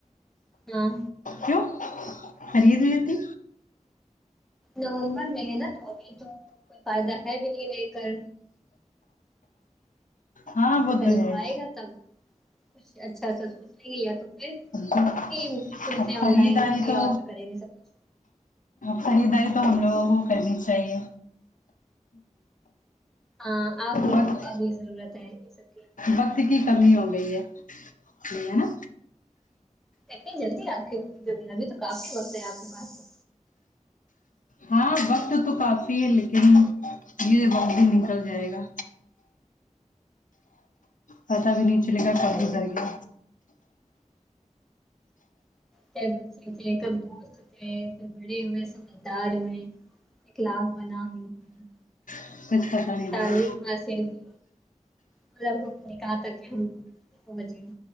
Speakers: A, in the centre; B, on the left.
A: ہاں
B: کیوں خرید لیتی
A: نومبر میں ہے نا تو ابھی تو کوئی فائدہ ہے بھی نہیں لے کر
B: ہاں
A: بات
B: وہ
A: قریب
B: تو ہے اب
A: آئے گا تب کچھ اچھا سا سوٹ لیے یا تو پھر
B: تو
A: وہی میشو
B: اب
A: سے آن
B: خریداری
A: لائن بھی
B: تو
A: آڈر کریں گے سب کچھ
B: خریداری تو ہم لوگوں کو کرنی چاہیے
A: ہ آپ لوگوں
B: وقت
A: کو ابھی ضرورت ہے یہ سب کی
B: وقت کی کمی ہو گئی ہے صحیح ہے نا
A: اتنی جلدی آپ آگئے ابھی تو کافی وقت ہے آپ کے پاس تو
B: ہاں بس تو کافی ہے لیکن یہ وقت بھی نکل جائے گا پتا بھی نہیں چلے گا
A: ان
B: کب
A: شاء اللہ،
B: گزر گیا
A: کب بچے تھے کب دوست تھے کب بڑے ہوئے سمجھدار ہوئے اخلاق بنا ہو ہے
B: کچھ پتا نہیں
A: تعلیم
B: لگا
A: حسین کی مطلب ہم نے کہا تھا کہ ہم لوگ پہنچ گئے